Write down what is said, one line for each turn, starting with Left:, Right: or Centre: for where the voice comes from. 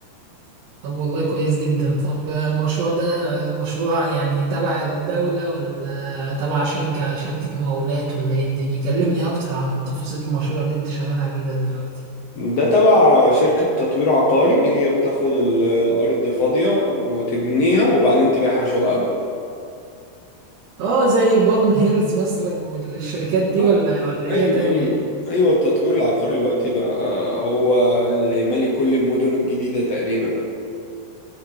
Right: طب والله كويس جدا طب المشروع ده مشروع يعني تبع الدولة ولا تبع شركة شركة مقاولات ولا ايه الدنيا كلمني اكتر عن تفاصيل المشروع اللي انت شغال عليه ده دلوقتي
Left: ده تبع شركة تطوير عقاري هي بتاخد ال- الارض فاضية وتبنيها وبعدين تبيعها شقق بقى
Right: اه زي بالم هيلز مثلا والشركات دي
Left: آه،
Right: ولا ولا حاجة
Left: ايوه
Right: تانية
Left: ايوه ايوه التطوير العقاري دلوقتي بقى هو اللي مالي كل المدن الجديدة تقريبا يعني